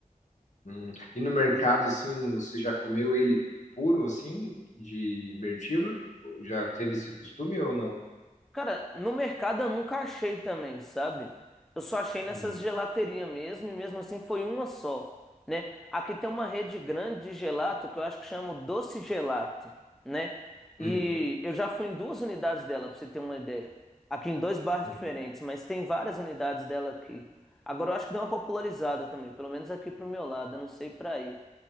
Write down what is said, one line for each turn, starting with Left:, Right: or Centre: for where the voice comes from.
Left: Hum. E no mercado, assim, você já comeu ele puro, assim, de mirtilo? Já teve esse costume ou não?
Centre: Cara, no mercado eu nunca achei também, sabe? Eu só achei nessas
Left: Hum.
Centre: gelaterias mesmo, e mesmo assim foi uma só, né? Aqui tem uma rede grande de gelato que eu acho que chama Doce Gelato, né? E
Left: Uhum.
Centre: eu já fui em duas unidades dela, pra você ter uma ideia. Aqui em dois bairros
Left: Uhum.
Centre: diferentes, mas tem várias unidades dela aqui. Agora eu acho que deu uma popularizada também, pelo menos aqui pro meu lado, eu não sei pra aí.